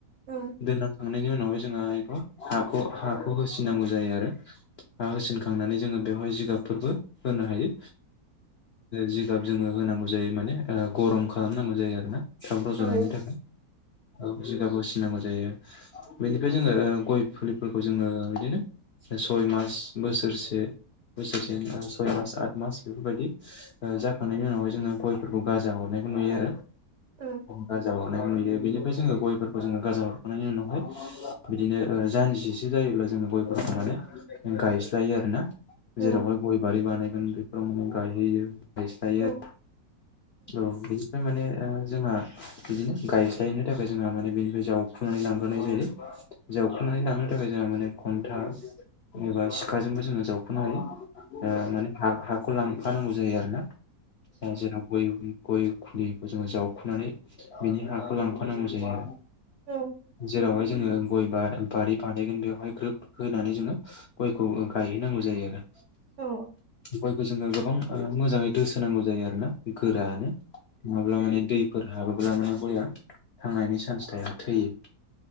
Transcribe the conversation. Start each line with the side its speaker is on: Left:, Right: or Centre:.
Right: औ
Left: दोनलां खांनायनि उनावहाय जोंहा बेखौ हाखौ हाखौ होसिननांगौ जायो आरो। हा होसिनखांनानै जोङो बेवहाय जिगाबफोरबो होनो हायो जि गाब जोङो होनांगौ जायो माने गरम खालामनांगौ जायो आरोना थाब रज'नायनि
Right: औ
Left: थाखाय। औ जिगाब होनसिन नांगौ जायो बेनिफ्राय जोङो गय फुलिफोरखौ जोङो बिदिनो सय मास बोसोरसे बोसोरसे सय मास आद मास बेफोरबायदि जाखांनायनि उनावहाय जोङो गयफोरखौ गाजा हरनायखौ नुयो आरो
Right: ओं
Left: गाजा हरनायखौ नुयो बेनिफ्राय जोङो गयफोरखौ जोङो गाजा हरखांनायनि उनावहाय बिदिनो ओ जानजि बिदि जायोब्ला जोङो गयफोरखौ माने गायस्लायो आरोना।
Right: औ
Left: जेरावहाय
Right: औ
Left: गय बारि बानायगोन बेफोराव माने गायहैयो गायस्लायो आरो
Right: उ।
Left: औ बिदिफ्राय माने दा जोंहा बिदिनो गायज्लायनो थाखाय जोंहा माने बेनिफ्राय जावखुनानै लांग्रोनाय जायो। जावखुनानै लांनो थाखाय जोंहा माने खनथा एबा सिखाजोंबो जोङो जावखनो हायो ओ माने हा हाखौ लांफानांगौ जायो आरो ना जेराव गय खुलिखौ जोङो जावखुनानै बिनि हाखौ लांफानांगौ जायो आरो
Right: औ।
Left: जेरावहाय जोङो गय बारि बानायगोन बेवहाय ग्रोब होनानै जोङो गयखौ गायहैनांगौ जायो आरो
Right: औ
Left: गयखौ जोङो गोबां मोजाङै दोसोनांगौ जायो आरो ना गोरायानो। नङाब्ला माने दैफोर हाबोब्ला माने गया थांनायनि चान्स थाया थैयो।